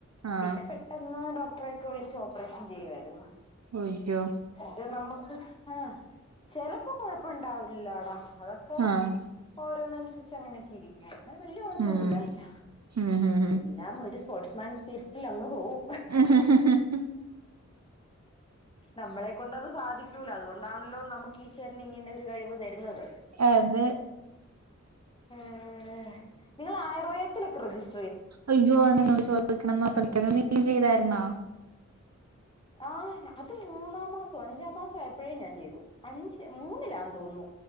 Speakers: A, on the right; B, on the left.
A: ആഹ്
B: പിന്നെ പെട്ടെന്ന് ഡോ ക്ക്‌ട്ടറെ വിളിച്ച് ഓപ്പറേഷൻ ചെയ്യുവായിരുന്നു.
A: അയ്യോ
B: ഇത് നമുക്ക് ആ ചെലപ്പോ കൊഴപ്പുണ്ടാവില്ലടാ അതൊക്കെ
A: ആഹ്
B: ഓരോന്നനുസരിച്ച് അങ്ങനെയൊക്കെ ഇരിക്കുക. അങ്ങനെ വല്ല്യ കൊഴപ്പൊന്നും
A: ഉം
B: ഉണ്ടായില്ല.
A: ഉം ഉം ഉം
B: എല്ലാം ഒരു സ്പോർട്സ്മാൻ സ്പിരിറ്റിൽ അങ് പോവും.
A: <unintelligible>
B: നമ്മളെ കൊണ്ടത് സാധിക്കൂല. അതുകൊണ്ടാണല്ലോ നമുക്ക് ഈശ്വരന് ഇങ്ങനെ ഒരു കഴിവ് തരുന്നത്.
A: അതെ
B: ഉം നിങ്ങള് ആയുർവേദത്തിലൊക്കെ രജിസ്
A: അയ്യോ അത് ഞാൻ നിന്നോട് ചോദിക്കണംന്ന് ഓർത്തിരിക്കായിരുന്നു നീ ചെയ്തായിരുന്നോ?
B: ആ അത് മൂന്നാം മാസം അഞ്ചാം മാസം ആയപ്പഴേ ഞാൻ ചെയ്തു. അഞ്ച് മൂന്നിലാന്ന് തോന്നുന്നു.